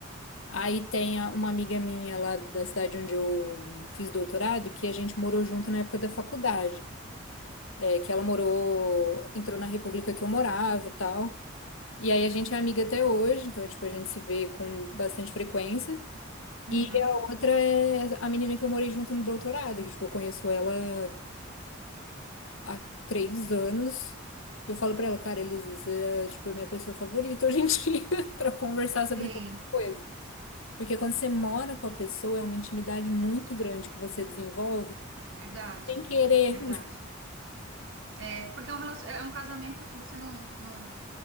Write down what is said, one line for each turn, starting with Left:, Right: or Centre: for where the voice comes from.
Left: Aí tem a- uma amiga minha lá da cidade onde eu fiz doutorado, que a gente morou junto na época da faculdade. É, que ela morou, entrou na república que eu morava e tal. E aí a gente é amiga até hoje, então, tipo, a gente se vê com bastante frequência.
Right: uhum,
Left: E a outra é a menina que eu morei junto no doutorado, que, tipo, eu conheço ela há três anos. Eu falo pra ela, cara, Elis, é, tipo, a minha pessoa favorita hoje em <laughs> dia pra conversar
Right: sim,
Left: sobre qualquer coisa. Porque quando você mora com a pessoa, é uma intimidade muito grande que você desenvolve
Right: verdade,
Left: sem querer.
Right: verdade. É, porque é um, relacion- é um casamento que você não, não,